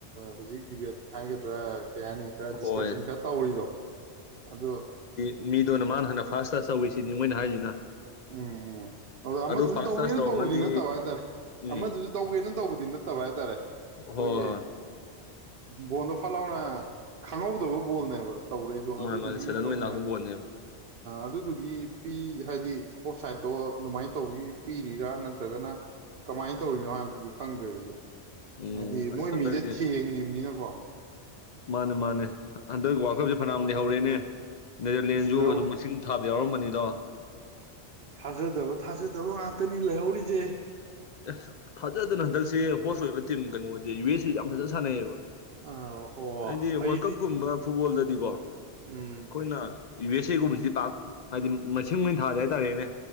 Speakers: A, on the right (about 55°); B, on the left (about 60°).
A: ꯍꯧꯖꯤꯛ ꯗꯤꯕꯦꯠ ꯍꯥꯏꯒꯗ꯭ꯔꯥ ꯀꯩ ꯍꯥꯏꯅꯤ ꯈꯔ ꯗꯤꯁꯀꯁꯟ
B: ꯍꯣꯏ
A: ꯈꯔ ꯇꯧꯔꯤꯗꯣ ꯑꯗꯨ
B: ꯃꯤꯗꯣꯅ ꯃꯥꯅ ꯍꯥꯟꯅ ꯐꯥꯔꯥꯁ ꯇꯁ ꯇꯧꯤꯁꯤꯅꯤ ꯃꯣꯏꯅ ꯍꯥꯏꯔꯤꯁꯤꯅ
A: ꯎꯝ ꯎꯝ ꯑꯗꯨꯗ ꯑꯃꯗꯨꯁꯨ
B: ꯑꯗꯨ ꯐꯥꯔꯁ
A: ꯇꯧꯒꯦꯅ
B: ꯇꯁ ꯇꯧꯔꯝꯃꯗꯤ
A: ꯇꯧꯕꯗꯤ ꯅꯠꯇꯕ ꯍꯥꯏꯇꯥꯔꯦ
B: ꯎꯝ
A: ꯑꯃꯗꯨꯁꯨ ꯇꯧꯒꯦꯅ ꯇꯧꯕꯗꯤ ꯅꯠꯇꯕ ꯍꯥꯏꯇꯥꯔꯦ
B: ꯍꯣ
A: ꯑꯩꯈꯣꯏꯒꯤ
B: ꯍꯣꯏ
A: ꯕꯣꯜꯗꯣ ꯐꯠ ꯂꯥꯎꯅ ꯈꯪꯍꯧꯗꯕ ꯕꯣꯜꯅꯦꯕ ꯇꯧꯔꯩꯗꯣ
B: ꯃꯥꯅꯦ
A: ꯑꯗꯨꯗꯨꯒꯤ
B: ꯃꯥꯅꯦ ꯁꯗꯟ
A: ꯑꯣꯏꯅ
B: ꯂꯥꯛꯄ ꯕꯣꯟꯅꯦꯕ
A: ꯑꯗꯨꯗꯨꯒꯤ ꯄꯤ ꯍꯥꯏꯗꯤ ꯋꯞꯁꯥꯏꯠꯇꯣ ꯑꯗꯨꯃꯥꯏꯅ ꯇꯧꯕ ꯄꯤꯔꯤꯔꯥ ꯅꯠꯇ꯭ꯔꯒꯅ ꯀꯃꯥꯏꯅ ꯇꯧꯔꯤꯅꯣ ꯍꯥꯏꯕꯗꯨꯗꯤ ꯈꯪꯗ꯭ꯔꯁꯨ
B: ꯎꯝ
A: ꯍꯥꯏꯗꯤ
B: ꯑꯁ
A: ꯃꯣꯏ
B: ꯍꯟꯗꯛꯁꯦ
A: ꯃꯤꯗ ꯊꯦꯡꯉꯤꯕꯅꯤꯅꯀꯣ
B: ꯃꯥꯅꯦ ꯃꯥꯅꯦ ꯍꯟꯗꯛ ꯋꯥꯔꯜ ꯀꯞꯁꯦ ꯐꯅꯌꯥꯝꯗꯤ ꯍꯧꯔꯛꯦꯅꯦ ꯅꯦꯗꯔꯂꯦꯟꯁꯨ
A: ꯑꯁ ꯂꯩꯍꯧꯔꯤ
B: ꯑꯗꯨꯝ ꯃꯁꯤꯡ ꯊꯥꯕ ꯌꯥꯎꯔꯝꯕꯅꯤꯗꯣ
A: ꯊꯥꯖꯗꯕ ꯊꯥꯖꯗꯕ ꯉꯥꯛꯇꯅꯤ ꯂꯩꯍꯧꯔꯤꯁꯦ
B: ꯑꯦ ꯐꯥꯖꯗꯅ ꯍꯟꯗꯛꯁꯦ ꯍꯣꯁ ꯑꯣꯏꯕ ꯇꯤꯝ ꯀꯩꯅꯣꯁꯦ ꯌꯨ ꯑꯦꯁ ꯁꯤ ꯌꯥꯝ ꯐꯖꯅ ꯁꯥꯟꯅꯩꯑꯕ
A: ꯑꯥ ꯑꯣ
B: ꯍꯥꯏꯗꯤ
A: ꯑꯩꯗꯤ
B: ꯋꯥꯔꯜ ꯀꯞꯀꯨꯝꯕ ꯐꯨꯠꯕꯣꯜꯗꯗꯤꯀꯣ ꯑꯩꯈꯣꯏꯅ
A: ꯎꯝ
B: ꯌꯨ ꯑꯦꯁ ꯑꯦꯒꯨꯝꯕꯁꯤꯗꯤ ꯄꯥꯛ ꯍꯥꯏꯗꯤ ꯃꯁꯤꯡ ꯃ ꯊꯥꯗꯦ ꯍꯥꯏꯇꯥꯔꯦꯅꯦ